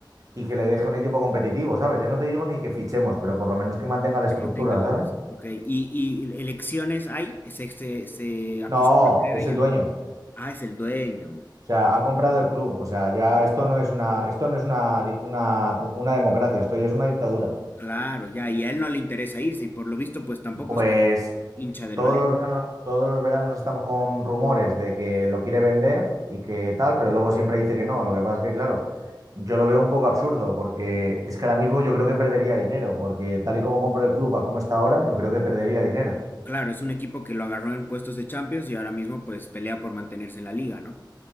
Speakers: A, on the right (about 45°); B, on the left (about 25°).
A: y que le deje un equipo competitivo, ¿sabes? Ya no te digo ni que fichemos, pero por lo menos que mantenga la estructura,
B: Que mantengan la
A: ¿sabes?
B: base. Ok. ¿Y, y elecciones hay? ¿Se, se, se acostumbra
A: No,
B: a tener
A: es
B: allá?
A: el dueño.
B: Ah, es el dueño.
A: O sea, ha comprado el club. O sea, ya esto no es una, esto no es una, di- una, una democracia, esto ya es una dictadura.
B: Claro, ya. Y a él no le interesa irse. Y por lo visto, pues tampoco
A: Pues
B: está hincha del
A: Todos
B: Valencia.
A: los veranos, todos los veranos estamos con rumores de que lo quiere vender y que tal, pero luego siempre dice que no. Lo que pasa es que, claro, yo lo veo un poco absurdo porque es que ahora mismo yo creo que perdería dinero, porque tal y como compro el club a como está ahora, yo creo que perdería dinero.
B: Claro, es un equipo que lo agarró en puestos de Champions y ahora mismo, pues pelea por mantenerse en la liga, ¿no?